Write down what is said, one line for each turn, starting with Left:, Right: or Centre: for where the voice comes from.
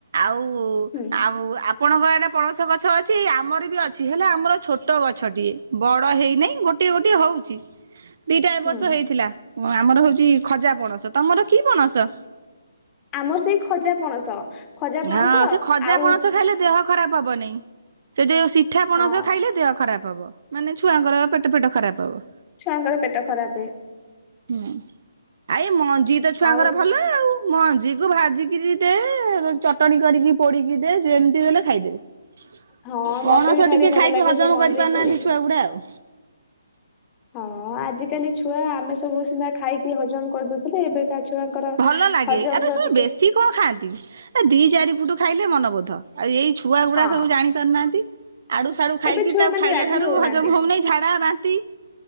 Right: ଆଉ
Left: ହୁଁ
Right: ଆଉ ଆପଣଙ୍କ ଆଡେ ପଣସ ଗଛ ଅଛି ଆମର ବି ଅଛି ହେଲେ ଆମର ଛୋଟ ଗଛଟିଏ ବଡ ହେଇନାହିଁ ଗୋଟେ ଗୋଟେ ହଉଛି ଦିଟା ବର୍ଷ
Left: ହୁଁ
Right: ହେଇଥିଲା ଆମର ହଉଛି ଖଜା ପଣସ ତମର କି ପଣସ
Left: ଆମର ସେଇ ଖଜା ପଣସ ଖଜା ପଣସ
Right: ହଁ ସେ ଖଜା
Left: ଆଉ
Right: ପଣସ ଖାଇଲେ ଦେହ ଖରାପ ହବ ନାଇଁ ସେ ଯଉ ସିଠା ପଣସ
Left: ହଁ
Right: ଖାଇଲେ ଦେହ ଖରାପ ହବ ମାନେ ଛୁଆଙ୍କର ପେଟ ପେଟ ଖରାପ ହବ
Left: ଙ୍କର ପେଟ ଖରାପ ହୁଏ
Right: ହୁଁ ଆଇ ମଞ୍ଜି ତ ଛୁଆଙ୍କର
Left: ଆଉ
Right: ଭଲ ଆଉ ମଞ୍ଜି କୁ ଭାଜିକିରି ଦେ ଚଟଣଣି କରିକି ପୋଡିକି ଦେ ସେମିତି ହେଲେ ଖାଇଦେବେ
Left: ହଁ
Right: ପଣସ
Left: ମତେ ବି ଭାରି
Right: ଟିକେ
Left: ଭଲ
Right: ଖାଇକି
Left: ଲାଗେ
Right: ହଜମ
Left: ସେ ମଞ୍ଜେଇ
Right: କରି ପାରୁନାହାନ୍ତି
Left: ପୋଡିକି
Right: ଛୁଆ ଗୁଡେ ଆଉ
Left: ହଁ ଆଜିକାଲି ଛୁଆ ଆମେ ସବୁ ସିନା ଖାଇକି ହଜମ କରିଦୁଛୁ ଥିଲେ ଏବେ କା ଛୁଆଙ୍କର
Right: ଭଲ ଲାଗେ
Left: ହଜମ
Right: ଆରେ ଶୁଣ
Left: ର ଟିକେ
Right: ବେଶୀ କଣ ଖାଆନ୍ତି ଏ ଦି ଚାରିପୁଟ ଖାଇଲେ ମନବୋଧ ଆଉ ଏଇ ଛୁଆ ଗୁଡା
Left: ହଁ
Right: ସବୁ ଜାଣି ପାରୁନାହାନ୍ତି ଆଡୁ ସଡୁ ଖାଇକି
Left: ଏବେ ଛୁଆ
Right: ତାଉ
Left: ମାନେ
Right: ଖାଇଲେ
Left: ରାଜି
Right: ଠାରୁ
Left: ହଉନାହାନ୍ତି
Right: ହଜମ ହଉନହିଁ ଝାଡା ବାନ୍ତି